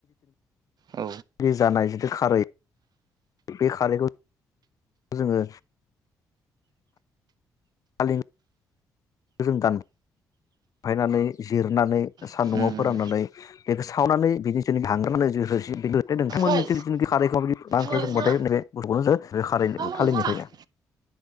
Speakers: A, on the right; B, on the left.
A: औ
B: जि जानाय जिथु खारै बे खारैखौ जोङो थ जों दानफायनानै जिरनानै सान्दुंआव
A: उम
B: फोराननानै बेखौ सावनानै बिनि जों हांग्रनानै ज हो नोंथांमोननि
A: ओइ
B: खारैखौाबदि ओंख्रि
A: मालाय
B: संबाथाय
A: सा
B: नैब गथ'खौनो ज खार
A: आ मालाय
B: थालिरनिफ्रायनो
A: सा